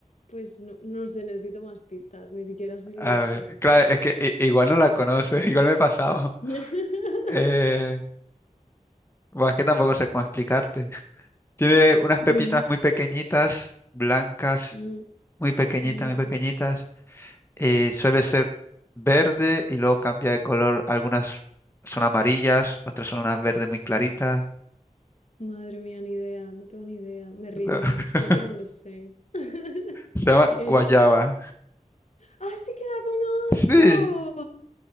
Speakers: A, on the left; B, on the left.
A: pues no, no sé, necesito más pistas, ni siquiera sé si
B: A
A: la
B: ver,
A: conozco.
B: claro, es que i- igual no la conoces, <laughs> igual me he pasado.
A: <laughs>
B: Eh, bueno, es que tampoco sé cómo explicarte. <laughs> Tiene unas
A: Mm,
B: pepitas muy pequeñitas, blancas,
A: mm,
B: muy pequeñitas,
A: mm.
B: muy pequeñitas. Eh, suele ser verde y luego cambia de color. Algunas son amarillas, otras son unas verdes muy claritas.
A: Madre mía, ni idea, no tengo ni idea, me rindo,
B: <laughs>
A: creo que no lo sé. <laughs>
B: Se llama
A: ¿Qué
B: guayaba.
A: es? ¡Ah, sí que la conozco!
B: Sí,